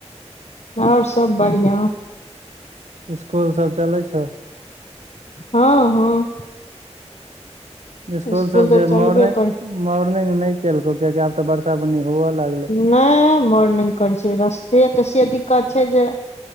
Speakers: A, on the left; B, on the right.
A: आओर सब बढ़ियाँ
B: ईस्कूल सब चलै छौ?
A: हँ हँ
B: ईस्कूल
A: स्कूल
B: सब
A: तऽ
B: जे
A: चलबे
B: मोर्निंग
A: कर
B: मोर्निंग नै केलकौ कियकि आब तऽ बरसा बन्नी हु लाग
A: नै मर्निंग करै छियै रस्तेके से दिक्कत छै जे